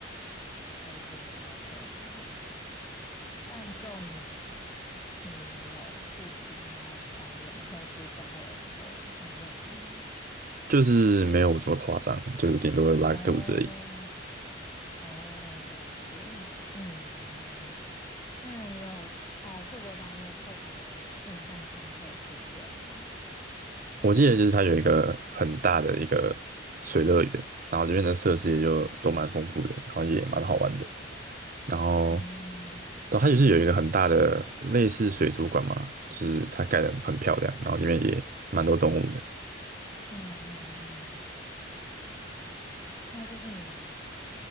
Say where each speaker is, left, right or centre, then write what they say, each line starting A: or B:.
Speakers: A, on the left (about 20°); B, on the right (about 45°).
A: 水果也有可能。但就你，你有试其他团员或是家人就没问题吗？
B: 就是没有这么夸张，就是顶多拉个肚子而已。
A: 哦，哦，了解。嗯，那你有啊，富国岛你有特别印象深刻的景点吗？
B: 我记得就是它有一个很大的一个水乐园，然后里面的设施也就都蛮丰富的，然后也蛮好玩的。然后，
A: 嗯
B: 然后它就是有一个很大的类似水族馆嘛，就是它盖得很漂亮，然后里面也蛮多动物的。
A: 嗯嗯嗯，那这是你